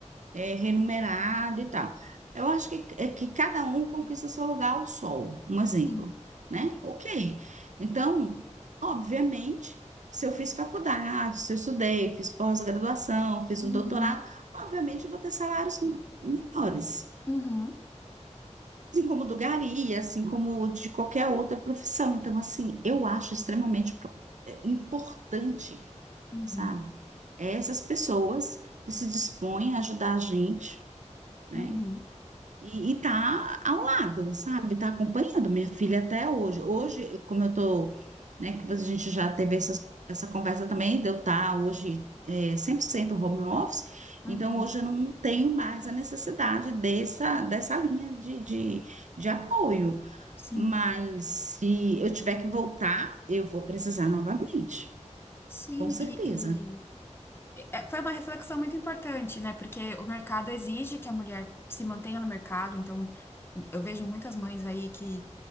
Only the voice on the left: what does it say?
sim.
Uhum,
uhum,
uhum,
uhum,
uhum.
Sim,
sim.
E, e- é, foi uma reflexão muito importante, né? Porque o mercado exige que a mulher se mantenha no mercado. Então, eu vejo muitas mães aí que